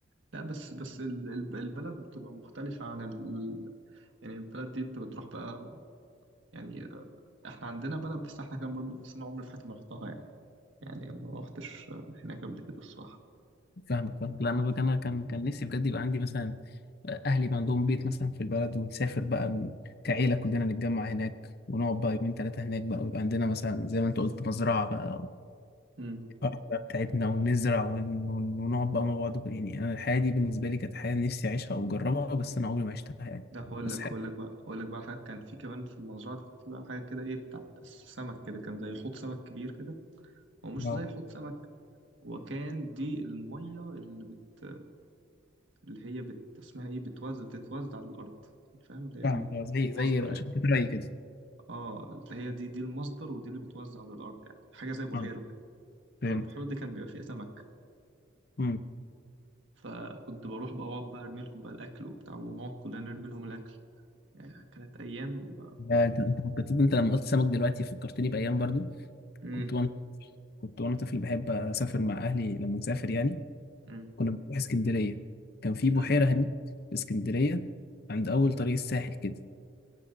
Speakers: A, on the right; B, on the left.
A: لا بس بس ال- ال- البلد بتبقى مختلفة عن ال... يعني البلد دي انت بتروح بقى يعني آه، احنا عندنا بلد بس احنا كان برضو بس انا عمري في حياتي ما رحتها يعني يعني ما رحتش آه، هناك قبل كده الصراحة
B: فاهمك فاهمك لا انا بقى- انا كان كان نفسي بجد يبقى عندي مثلا اهلي بقى عندهم بيت مثلا في البلد ونسافر بقى ن- كعيله كلنا نتجمع هناك ونقعد بقى يومين ثلاثه هناك بقى ويبقى عندنا مثلا زي ما انت قلت مزرعه بقى
A: امم
B: والارض بقى بتاعتنا ونزرع ون- ون- ونقعد بقى مع بعض وكده. يعني انا الحياه دي بالنسبه لي كانت حياه نفسي اعيشها او اجربها بس انا عمري ما عشتها يعني
A: لا هقول
B: بس
A: لك
B: حاجه
A: هقول لك بقى هقول لك بقى حاجة كان في كمان في المزرعة دي كان في بقى حاجة كده ايه بتاعت السمك كده كان زي حوض سمك كبير كده هو مش
B: اه
A: زي حوض سمك هو كان دي المية اللي بت اللي هي بت اسمها ايه بتوزع بتتوزع على الأرض يعني فاهم اللي هي
B: فاهم آه، زي
A: المصدر
B: زي رأ-
A: يعني
B: شركه رأي كده
A: اه هي دي دي المصدر ودي اللي بتوزع على الارض يعني حاجه زي بحيره
B: اه
A: كده
B: فهمت
A: فالبحيره دي كان بيبقى فيها سمك
B: امم
A: فكنت بروح بقى اقعد بقى ارمي لهم بقى الاكل وبتاع ونقعد كلنا نرمي لهم الاكل يعني كانت ايام
B: آه، انت انت فكرتني- انت لما قلت سمك دلوقتي فكرتني بايام برضو
A: امم
B: كنت وانا كنت وانا طفل بحب اسافر مع اهلي لما نسافر يعني
A: امم
B: كنا بنروح اسكندرية كان في بحيرة
A: امم
B: هناك في اسكندرية عند أول طريق الساحل كده